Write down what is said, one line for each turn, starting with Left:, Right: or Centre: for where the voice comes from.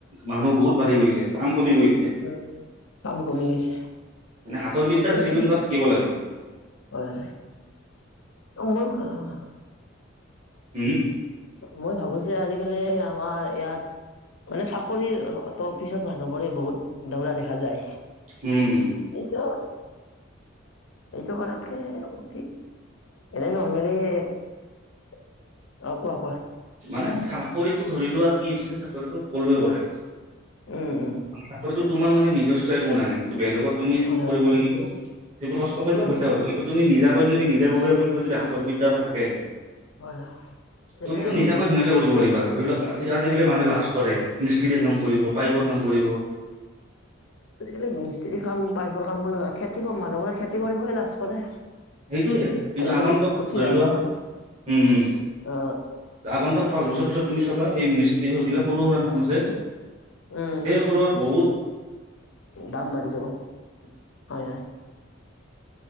Right: মানুহ বহুত বাঢ়ি গৈছে, কাম কমি গৈ
Left: অ', কাম কমি গৈছে।
Right: মানে হাতৰ বিদ্যাৰ
Left: এইটো
Right: যিকোনো এটা থাকিব লাগে।
Left: হয় <unintelligible>
Right: উম
Left: মই ভাবো যে আজিকালি আমাৰ ইয়াত, মানে চাকৰিৰ অত পিছত মানুহবোৰে বহুত দৌৰা দেখা যায়,
Right: উম উম
Left: এইটো এইটো কৰাতকে ঠিক। এনেই নৰ্মেলি অ', কোৱা-কোৱা।
Right: মানে চাকৰিটো ধৰি লোৱা কি হৈছে চাকৰিটো সকলোৱে কৰে।
Left: উম উম
Right: চাকৰিটো তোমাৰ মানে নিজস্ব একো নাই, এইটো বেলেগৰ তুমি
Left: হয় হয়
Right: কৰিব লাগিব, যিটো কষ্ট কৰিবা
Left: উম
Right: পইচা পাবা কিন্তু তুমি নিজা কৈ যদি নিজাববীয়াকৈ কিবা যদি হাতৰবিদ্যা এটা থাকে।
Left: হয় হয় তেনে
Right: তুমিটো
Left: আমাৰ
Right: নিজাকৈ ধুনীয়াকৈ কৰিব পাৰিবা, ধৰি লওঁক আজি-আজিকালি
Left: উম
Right: মানুহে লাজ কৰে। মিস্ত্ৰিৰ কাম কৰিব, পাইপৰ কাম কৰিব।
Left: আজিকালি মিস্ত্ৰি কাম পাইপৰ কাম বুলিয়ে নহয়, খেতি মানুহবোৰে খেতি কৰিবলে লাজ কৰে।
Right: সেইটোয়ে, কিন্তু
Left: আজিকালি
Right: আগন্তুক
Left: উঠি
Right: ধৰি
Left: অহা
Right: লোৱা
Left: চামটোৱে
Right: উম, উম।
Left: অ
Right: আগন্তুক পাঁচবছৰ পিছত তুমি চব এই মিস্ত্ৰী যিবিলাক সৰু সুৰা কাম আছে,
Left: উম
Right: সেইসকলৰ বহুত
Left: দাম বাঢ়ি যাব হয়, হয়।